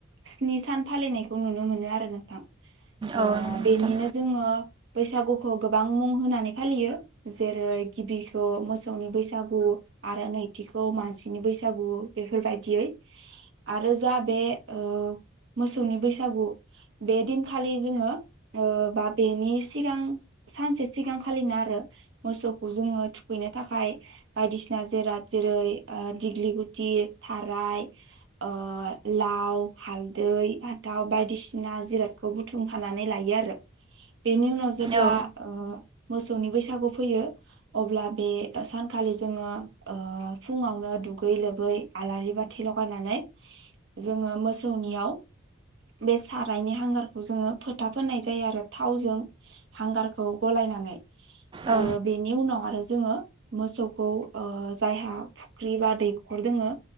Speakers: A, on the right; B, on the right.
A: स्नि सान फालिनायखौ नुनो मोनो आरो नोंथां। ओ
B: औ नोंथां
A: बेनिनो जोङो। बैसागुखौ गोबां मुं होनानै फालियो जेरै गिबिखौ मोसौनि बैसागु आरो नैथिखौ मानसिनि बैसागु। बैसागु बेफोरबायदियै आरो जा बे ओ मोसौनि बैसागु बे दिनखालि जोङो ओ बा बेनि सिगां सानसे सिगांखालिनो आरो मोसौखौ जोङो थुखैनो थाखाय बायदिसिना जेराद जेरै ओ दिग्लि गुथि थाराय ओ लाव हालदै हाथाव बायदिसिना जिरादखौ बुथुमखानानै लायो आरो। बेनि उनाव जेब्ला
B: औ
A: ओ मोसौनि बैसागु फैयो अब्ला बे सानखालि जोङो ओ फुङावनो दु दुगै लोबै आलारि बाथि लगायनानै जोङो मोसौनियाव, बे सारायनि हांगारखौ जोङो फोथा फोननाय जायो आरो थावजों हांगारखौ गलायनानै। आरो
B: औ
A: बेनि उनाव आरो। जोङो मोसौखौ ओ जायहा फुख्रि बा दैखर दोङो